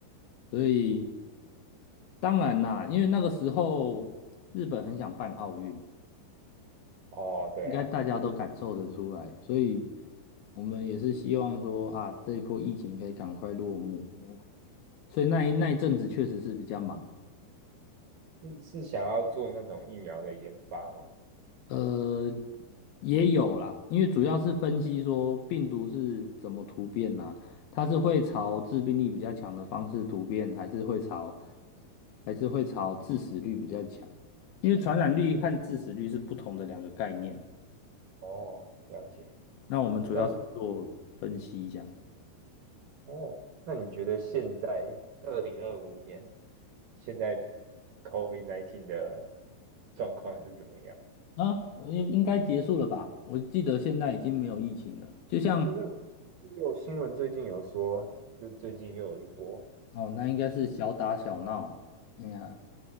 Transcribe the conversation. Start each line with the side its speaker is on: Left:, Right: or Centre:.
Left: 所以当然啦，因为那个时候日本很想办奥运。
Right: 哦，对啊，
Left: 应该大家都感受得出来，
Right: 就是
Left: 所以我们也是希望说啊，这一波疫情可以赶快落幕。所以那一那一阵子确实是比较忙，
Right: 是是想要做那种疫苗的研发吗？
Left: 呃，也有啦，因为主要是分析说病毒是怎么突变呐、它是会朝致病力比较强的方式突变，还是会朝还是会朝致死率比较强？因为传染率和致死率是不同的两个概念。
Right: 哦，了解。
Left: 那我们主要是做分析这样。
Right: 那哦，那你觉得现在二零二五年，现在 COVID-19 的状况是怎么样？
Left: 啊，呃应应该结束了吧？我记得现在已经没有疫情了，就像
Right: 就是有新闻最近有说，就最近又有一波，
Left: 哦，那应该是小打小闹啊。哎呀，